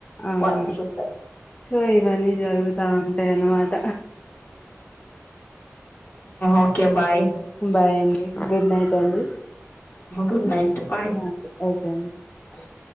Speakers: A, on the left (about 25°); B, on the left (about 45°).
A: అవును
B: వాళ్లని చూస్తే
A: సో ఇవని జరురుత ఉంటాయి అనమాట
B: ఓకే బాయ్
A: బాయ్ అండి గుడ్ నైట్ అండి
B: good
A: uh
B: night bye
A: okay ఒకే <unintelligible>